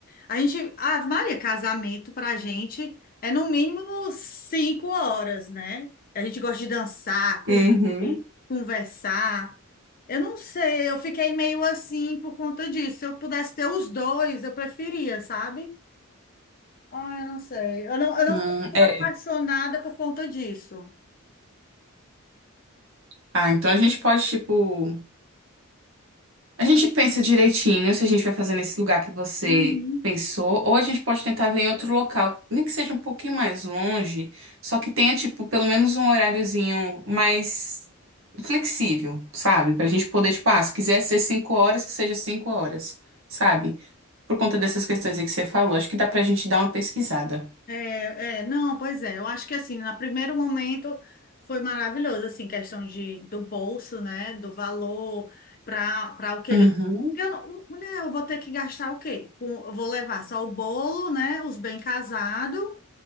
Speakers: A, on the left; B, on the right.
A: A gente. Ah, Maria, casamento pra gente é no mínimo cinco horas, né? A gente gosta de dançar, com-
B: Uhum.
A: conversar. Eu não sei, eu fiquei meio assim por conta disso. Se eu pudesse ter os dois, eu preferia, sabe? Ah, eu não sei. Eu não, eu não
B: Hum,
A: fiquei
B: é.
A: apaixonada por conta disso.
B: Ah, então a gente pode, tipo. A gente pensa direitinho se a gente vai fazer nesse lugar que você
A: Uhum.
B: pensou, ou a gente pode tentar ver em outro local, nem que seja um pouquinho mais longe, só que tenha, tipo, pelo menos um horáriozinho mais flexível, sabe? Pra gente poder, tipo, ah, se quiser ser cinco horas, que seja cinco horas, sabe? Por conta dessas questões aí que você falou, acho que dá pra gente dar uma pesquisada.
A: É, é, não, pois é, eu acho que assim, no primeiro momento foi maravilhoso, assim, questão de, do bolso, né, do valor para para o que ele...
B: Uhum,
A: Porque eu, não- mulher, eu vou ter que gastar o quê? Com- eu vou levar só o bolo, né, os bem casados,